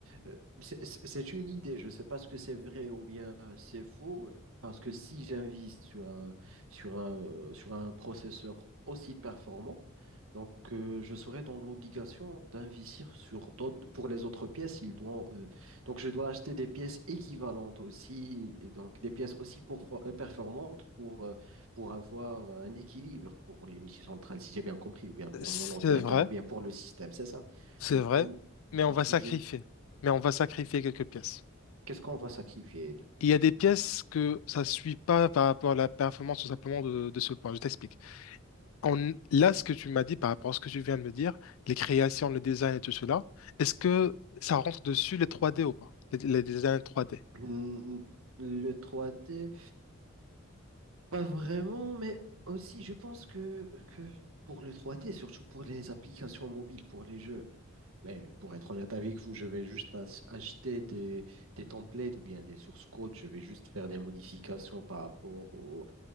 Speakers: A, on the right; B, on the left.
A: euh, c'est c'est- c'est une idée. Je ne sais pas ce que c'est vrai ou bien euh, c'est faux, euh, parce que si j'invite sur un, sur un, euh, sur un processeur aussi performant, Donc, euh, je serai dans l'obligation d'investir sur d'autres, pour les autres pièces, ils doivent, euh, donc je dois acheter des pièces équivalentes aussi, et donc des pièces aussi pour- euh, performantes pour, euh, pour avoir un équilibre pour l'unité centrale, si j'ai bien compris, ou bien pour
B: C'est
A: mon ordinateur,
B: vrai,
A: ou bien pour le système, c'est ça.
B: c'est
A: Du
B: vrai,
A: coup,
B: mais
A: du
B: on va
A: coup,
B: sacrifier,
A: je,
B: mais on va sacrifier quelques pièces.
A: qu'est-ce qu'on va sacrifier, du coup?
B: Il y a des pièces que ça ne suit pas par rapport à la performance tout simplement de, de ce point. Je t'explique. on- là, ce que tu m'as dit par rapport à ce que tu viens de me dire, les créations, le design et tout cela, est-ce que ça rentre dessus les trois d ou pas? Les, les designs trois d
A: Le, le 3D. Pas vraiment, mais aussi je pense que, que pour le trois D surtout pour les applications mobiles, pour les jeux, mais pour être honnête avec vous, je vais juste ach- acheter des, des templates ou bien des sources codes, je vais juste faire des modifications par rapport au,